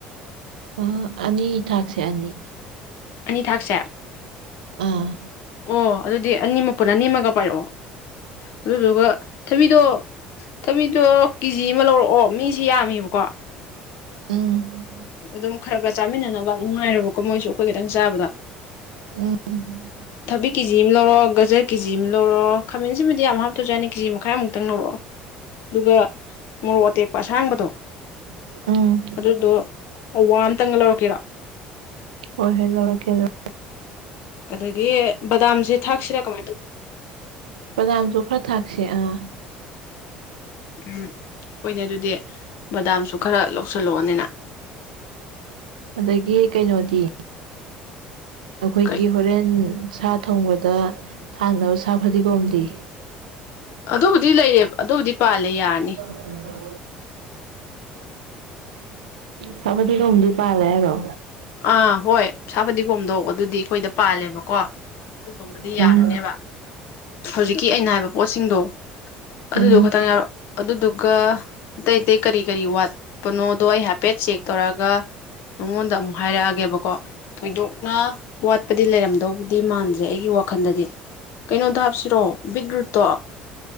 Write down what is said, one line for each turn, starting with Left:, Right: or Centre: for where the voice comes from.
Right: ꯑꯥ ꯑꯅꯤ ꯊꯥꯛꯁꯦ ꯑꯅꯤ
Left: ꯑꯅꯤ ꯊꯥꯛꯁꯦ
Right: ꯑꯥ
Left: ꯑꯣ ꯑꯗꯨꯗꯤ ꯑꯅꯤ ꯃꯄꯨꯨꯟ ꯑꯅꯤꯃꯒ ꯄꯥꯏꯔꯛꯑꯣ ꯑꯗꯨꯗꯨꯒ ꯊꯕꯤꯗꯣ ꯊꯕꯤꯗꯣ ꯀꯤꯖꯤ ꯑꯃ ꯂꯧꯔꯛꯑꯣ ꯃꯤꯖꯤ ꯌꯥꯝꯃꯤꯕꯀꯣ
Right: ꯎꯝ
Left: ꯑꯗꯨꯝ ꯈꯔ ꯈꯔ ꯆꯥꯃꯤꯟꯅꯅꯕ ꯅꯨꯡꯉꯥꯏꯔꯣꯏꯕꯀꯣ ꯃꯣꯏꯖꯨ ꯑꯈꯣꯏ ꯈꯇꯪ ꯆꯥꯕꯗ
Right: ꯎꯝ
Left: ꯊꯕꯤ ꯀꯦꯖꯤꯝꯃ ꯂꯧꯔꯛꯑꯣ ꯒꯖꯔ ꯀꯦꯖꯤꯝꯃ ꯂꯧꯔꯛꯑꯣ ꯈꯥꯃꯦꯟꯁꯤꯟꯕꯤꯗꯤ ꯌꯥꯝ ꯍꯥꯞꯇ꯭ꯔꯖꯨ ꯌꯥꯅꯤ ꯀꯦꯖꯤ ꯃꯈꯥꯏꯃꯨꯛꯇꯪ ꯂꯧꯔꯛꯑꯣ ꯑꯗꯨꯒ ꯃꯣꯔꯣꯛ ꯑꯇꯦꯛꯄ ꯑꯁꯥꯡꯕꯗꯣ
Right: ꯎꯝ
Left: ꯑꯗꯨꯗꯣ ꯄꯋꯥ ꯑꯝꯇꯪꯒ ꯂꯧꯔꯛꯀꯦꯔꯣ
Right: ꯍꯣꯏ ꯍꯣꯏ ꯂꯧꯔꯛꯀꯦ ꯂꯧꯔꯛ
Left: ꯑꯗꯒꯤ ꯕꯗꯥꯝꯖꯦ ꯊꯥꯛꯁꯤꯔꯥ ꯀꯃꯥꯏꯅ ꯇꯧꯗꯣꯏꯅꯣ
Right: ꯕꯗꯥꯝꯁꯨ ꯈ꯭ꯔ ꯊꯥꯛꯁꯦ ꯑꯥ
Left: ꯎꯝ ꯍꯣꯏꯅꯦ ꯑꯗꯨꯗꯤ ꯕꯗꯥꯝꯁꯨ ꯈꯔ ꯂꯧꯁꯜꯂꯛꯑꯣꯅꯦ ꯅ
Right: ꯑꯗꯒꯤ ꯀꯩꯅꯣꯗꯤ ꯑꯈꯣꯏꯒꯤ
Left: ꯀꯩ
Right: ꯍꯣꯔꯦꯟ ꯁꯥ ꯊꯣꯡꯕꯗ ꯊꯥꯡꯅꯕ ꯁꯥ ꯐꯗꯤꯒꯣꯝꯗꯤ
Left: ꯑꯗꯨꯕꯨꯗꯤ ꯂꯩꯔꯦ ꯑꯗꯨꯕꯨꯗꯤ ꯄꯥꯜꯂꯦ ꯌꯥꯔꯅꯤ
Right: <inaudible> ꯁꯥ ꯐꯗꯤꯒꯣꯝꯗꯤ ꯄꯥꯜꯂꯦ ꯍꯥꯏꯔꯣ
Left: ꯑꯥ ꯍꯣꯏ ꯁꯥ ꯐꯗꯤꯒꯣꯝꯗꯣ ꯑꯗꯨꯗꯤ ꯑꯩꯈꯣꯏꯗ ꯄꯥꯜꯂꯦꯕꯀꯣ ꯑꯗꯨꯗꯣ ꯑꯃꯗꯤ
Right: ꯎꯝ
Left: ꯌꯥꯔꯅꯦꯕ ꯍꯧꯖꯤꯛꯀꯤ ꯑꯩꯅ ꯍꯥꯏꯕ ꯄꯣꯠꯁꯤꯡꯗꯣ ꯑꯗꯨꯗꯣ
Right: ꯎꯝ
Left: ꯈꯛꯇꯪ ꯍꯥꯏꯔꯣ ꯑꯗꯨꯗꯨꯒ ꯑꯇꯩ ꯑꯇꯩ ꯀꯔꯤ ꯀꯔꯤ ꯋꯥꯠꯄ ꯅꯣꯗꯣ ꯑꯩ ꯍꯥꯏꯐꯦꯠ ꯆꯦꯛ ꯇꯧꯔꯛꯑꯒ ꯅꯥꯉꯣꯟꯗ ꯑꯃꯨꯛ ꯍꯥꯏꯔꯛꯑꯒꯦꯕꯀꯣ ꯊꯣꯏꯗꯣꯛꯅ ꯋꯥꯠꯄꯗꯤ ꯂꯩꯔꯝꯗꯧꯕꯨ ꯗꯤ ꯃꯥꯟꯗ꯭ꯔꯦ ꯑꯩꯒꯤ ꯋꯥꯈꯟꯗꯗꯤ ꯀꯩꯅꯣꯗꯣ ꯍꯥꯞꯁꯤꯔꯣ ꯕꯤꯠ ꯔꯨꯠꯇꯣ